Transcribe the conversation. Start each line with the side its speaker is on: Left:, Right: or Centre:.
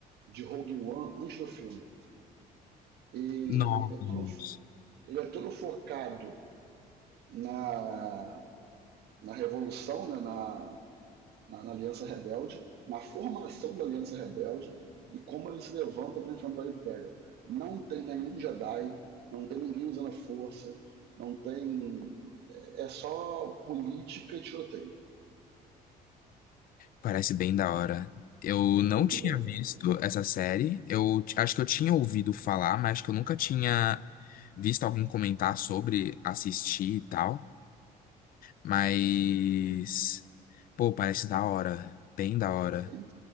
Right: de Rogue One antes do filme. e
Left: Nossa.
Right: é todo, ele é todo focado na, na revolução, né, na, na, na Aliança Rebelde, na formação da Aliança Rebelde e como eles se levantam para enfrentar o Império. Não tem nenhum Jedi, não tem ninguém usando a força, não tem. É só política e tiroteio.
Left: Parece bem da hora. Eu
Right: É muito
Left: não tinha
Right: bom.
Left: visto essa série. Eu t- acho que eu tinha ouvido falar, mas acho que eu nunca tinha visto alguém comentar sobre assistir e tal. Mas, pô, parece da hora. Bem da hora.
Right: Sim,